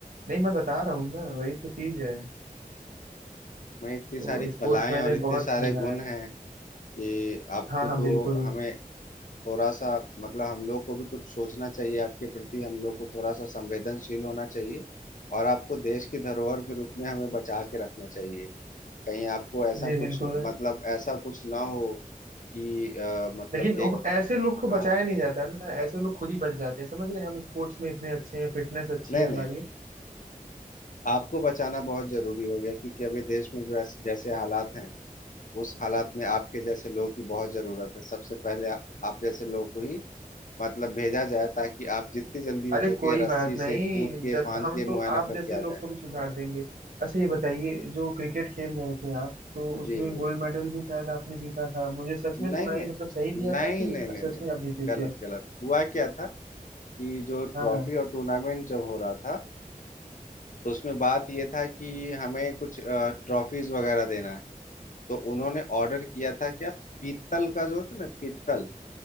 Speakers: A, on the right; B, on the left.
A: नहीं मैं बता रहा हूँ ना वही तो चीज है
B: मैं इतनी
A: तो
B: सारी कलाएं
A: स्पोर्ट्स मैंने
B: और इतने
A: बहुत
B: सारे
A: खेला
B: गुण
A: है
B: हैं कि आपको
A: हाँ हाँ
B: तो
A: बिल्कुल
B: हमें थोड़ा सा मतलब हम लोग को भी कुछ सोचना चाहिए आपके प्रति हम लोग को थोड़ा सा संवेदनशील होना चाहिए और आपको देश की धरोहर के रूप में हमें बचा के रखना चाहिए कहीं आपको ऐसा
A: जी
B: कुछ
A: बिल्कुल
B: मतलब ऐसा कुछ ना हो कि अ, मतलब
A: लेकिन
B: एक
A: ओ- ऐसे लोग को बचाया
B: हाँ
A: नहीं जाता ना ऐसे लोग खुद ही बच जाते हैं समझ रहे हैं हम स्पोर्ट्स में इतने अच्छे हैं फिटनेस अच्छी
B: नहीं
A: है
B: नहीं
A: हमारी
B: आपको बचाना बहुत जरूरी हो गया क्योंकि अभी देश में जो ऐस- जैसे हालात हैं उस हालात में आपके जैसे लोगों की बहुत जरूरत है सबसे पहले आ, आप जैसे लोगों को ही मतलब भेजा जाए ताकि आप जितनी जल्दी हो
A: अरे कोई
B: सके
A: बात
B: रस्सी
A: नहीं
B: से कूद के
A: जब
B: फांद
A: हम
B: के
A: तो
B: मुआयना
A: आप
B: करके
A: जैसे लोग
B: आ जाएं
A: को भी सुधार देंगे अच्छा ये बताइए जो क्रिकेट खेल रहे थे आप तो उसमें
B: जी बिल्कुल
A: गोल्ड मेडल भी शायद आपने जीता था मुझे सच में सुनाई
B: नहीं नहीं
A: मतलब सही दिया
B: नहीं
A: था कि
B: नहीं नहीं
A: सच
B: नहीं
A: में आप जीते
B: गलत
A: थे
B: गलत हुआ क्या था कि जो ट्रॉफी
A: हाँ हाँ
B: और टूर्नामेंट जब हो रहा था तो उसमें बात ये था कि हमें कुछ ट्रॉफीज वगैरह देना है तो उन्होंने ऑर्डर किया था क्या पीतल का जो होता है ना पीतल